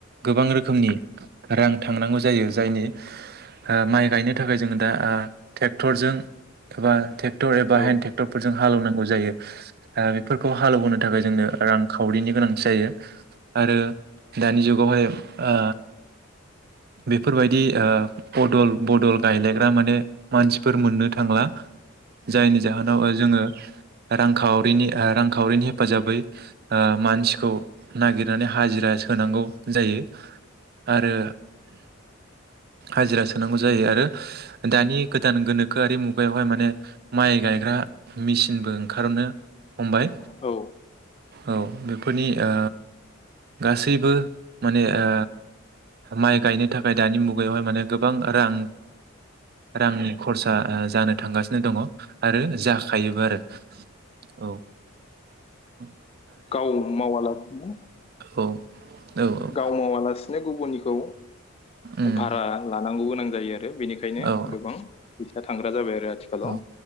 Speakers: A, on the right (about 50°); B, on the left (about 30°).
A: गोबां रोखोमनि रां थांनांगौ जायो जायनि माइ गायनो थाखाय जोङो दा ट्रेक्टरजों एबा ट्रेक्टर एबा
B: औ
A: हेन्ड ट्रेक्टरफोरजों हालेवनांगौ जायो बेफोरखौ हालेवबोनो थाखाय जोंनो रांखावरिनि गोनांथि जायो आरो दानि जुगावहाय ओ बेफोरबायदि ओ बदल बदल गायलायग्रा माने मानसिफोर मोननो थांला जायनि जाहोनाव ओ जोङो रांखावरिनि रांखावरिनि हेफाजाबै ओ मानसिखौ नागिरनानै हाजिरा सोनांगौ जायो आरो हाजिरा सोनांगौ जायो आरो दानि गोदान गोनोखोआरि मुगायावहाय माने माइ गायग्रा मेसिनबो ओंखारनो हमबाय।
B: औ
A: औ बेफोरनि ओ गासैबो माने ओ माइ गायनो थाखाय दानि मुगायावहाय माने गोबां रां रांनि खरसा जानो थांगासिनो दङ आरो जाखायोबो आरो औ उम
B: गाव मावालासिनो
A: औ औ औ
B: गाव मावालासिनो गुबुननिखौ
A: उम
B: भारा लानांगौमोन गोनां जायो आरो बेनिखायनो
A: औ
B: गोबां फैसा थांग्रा जाबाय आरो आथिखालाव
A: औ